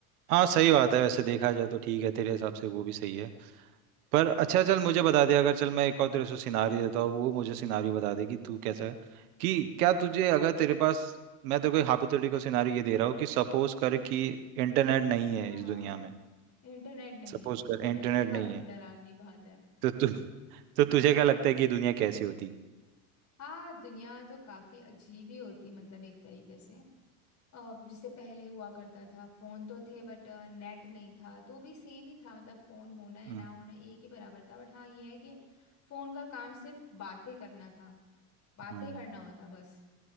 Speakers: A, on the right; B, on the left.
A: हाँ सही बात है वैसे देखा जाए तो ठीक है तेरे हिसाब से वो भी सही है पर अच्छा चल मुझे बता दे अगर चल मैं एक और तेरे से सिनारी देता हूँ वो मुझे सिनारी बता दे कि तू कैसा है कि क्या तुझे अगर तेरे पास मैं तो कोई हाइपोथेटिकल सिनारी ये दे रहा हूँ कि सपोज कर कि इंटरनेट नहीं है
B: हाँ
A: इस दुनिया में
B: इंटरनेट नहीं
A: सपोज
B: है
A: कर इंटरनेट
B: ये भी काफी
A: नहीं है
B: डरावनी बात है
A: तो तु, <laughs> तो तुझे क्या लगता है कि ये दुनिया कैसी होती
B: हाँ दुनिया तो काफी अजीब ही होती मतलब एक तरीके से अब जैसे पहले हुआ करता था फोन तो थे बट नेट नहीं था तो भी सेम ही था मतलब फोन होना या
A: हम्म
B: ना होना एक ही बराबर था बट हाँ ये है कि फोन का काम सिर्फ बातें करना था बातें
A: हम्म,
B: करना होता बस